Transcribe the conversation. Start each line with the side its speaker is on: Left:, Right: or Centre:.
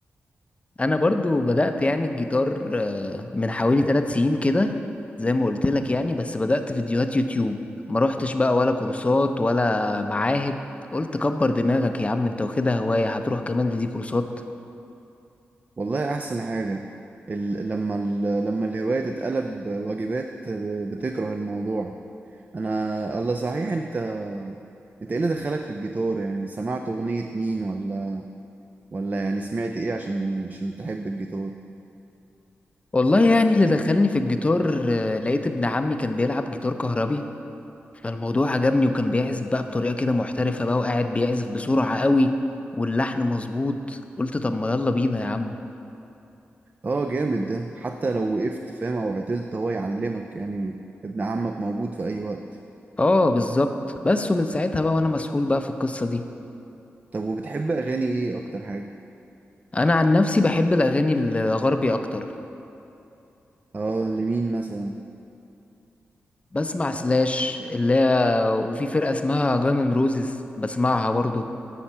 Left: انا برضو بدأت يعني الجيتار آه، من حوالي ثلاث سنين كده زي ما قلت لك يعني بس بدأت فيديوهات يوتيوب ما روحتش بقى ولا كورسات ولا معاهد قلت كبر دماغك يا عم انت واخدها هواية هتروح كمان لدي كورسات
Right: والله احسن حاجة ال... لما ال... لما الهواية تتقلب واجبات ب- بتكره الموضوع انا الله صحيح انت انت ايه اللي دخلك في الجيتار يعني سمعت اغنية مين ولا ولا يعني سمعت ايه عشان عشان تحب الجيتار
Left: والله يعني اللي دخلني في الجيتار آه، لقيت ابن عمي كان بيلعب جيتار كهربي فالموضوع عجبني وكان بيعزف بقى بطريقة كده محترفة بقى وقاعد بيعزف بسرعة قوي واللحن مظبوط قلت طب ما يلا بينا يا عم
Right: اه جامد ده حتى لو وقفت فاهم او عطلت هو يعلمك يعني ابن عمك موجود في اي وقت
Left: اه بالظبط بس ومن ساعتها بقى وانا مسحول بقى في القصة دي
Right: طب وبتحب اغاني ايه اكتر حاجة
Left: انا عن نفسي بحب الاغاني الغربي اكتر
Right: اه لمين مثلا
Left: بسمع سلاش اللي هي وفي فرقه اسمها جانن روزز بسمعها برضو